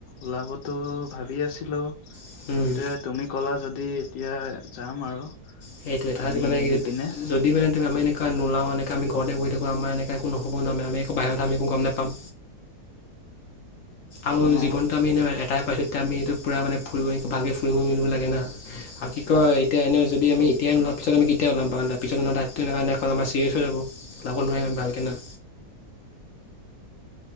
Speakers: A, on the left; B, on the left.
A: ওলাবতো ভাৱি আছিলোঁ।
B: মানে
A: এতিয়া তুমি ক'লা যদি এতিয়া যাম আৰু।
B: সেইটোৱে, তাহাঁতি
A: আমি
B: মানে
A: মিলি
B: কি,
A: পিনে
B: যদি মানে যদি আমি এনেকে নুলাও, এনেকা আমি ঘৰতে বহি থাকো, আমাৰ এনেকে একো নহ'বও ন, আমাৰ-আমি একো বাহিৰৰ কথা আমি একো গম নাপাম। আৰু
A: অ
B: জীৱনটো আমি এনেও এটাই পাইছোঁ, তেতিয়া আমি সেইটোত পুৰা মানে ফুৰিব ভালকৈ ফুৰিব মিলিব লাগে না আৰু কি কয় এতিয়া এনেও যদি আমি এতিয়াই নোলাওঁ পিছত আমি কেতিয়া ওলাম, পিছত এনেও লাইফটো এনেকুৱা নহয়, আমাৰ চিৰিয়াচ হৈ যাব, ওলাব নোৱাৰিম আমি ভালকে না।